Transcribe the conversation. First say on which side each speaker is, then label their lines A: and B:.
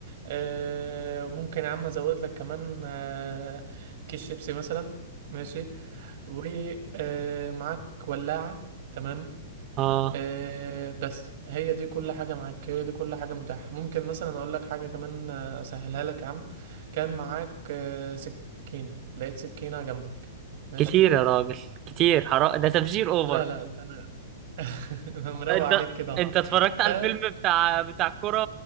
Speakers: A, on the right (about 60°); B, on the right (about 35°).
A: آه، ممكن يا عم ازود لك كمان آه، كيس شيبسي مثلا ماشي ومعاك ولاعة تمام
B: اه
A: آه، بس هي دي كل حاجة معاك هي دي كل حاجة متاحة ممكن مثلا أقول لك حاجة كمان آه، أسهلها لك يا عم كان معاك آه، سكينة لقيت سكينة جنبك ماشي
B: كتير يا راجل كتير حرام ده تفجير اوفر
A: لا لا ده أنا <laughs> أنا مروق
B: انت
A: عليك كده أهو
B: انت اتفرجت
A: ف
B: على الفيلم بتاع بتاع الكرة